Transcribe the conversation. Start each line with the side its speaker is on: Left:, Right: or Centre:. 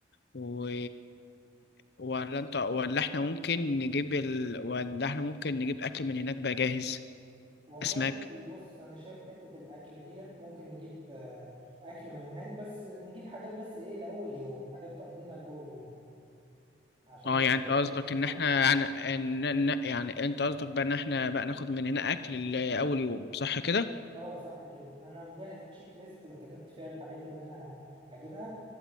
Left: و... ولا انت ولا احنا ممكن نجيب ال... ولا احنا ممكن نجيب اكل من هناك بقى جاهز
Right: والله
Left: اسماك
Right: بص انا شايف حته الاكل ديت ممكن نجيب آه، اكل من هناك بس نجيب حاجات بس ايه لاول يوم حاجات تقضينا لاول يوم عشان
Left: اه
Right: بس
Left: يعني
Right: إحنا
Left: انت قصدك
Right: جايين من
Left: ان
Right: سفر
Left: احنا يعني ان... إن- يعني انت قصدك بقى ان احنا بقى ناخد من هنا اكل لاول يوم صح كده
Right: اه صح كده انا مجهز تشيك ليست كتبت فيها الحاجات اللي انا هجيبها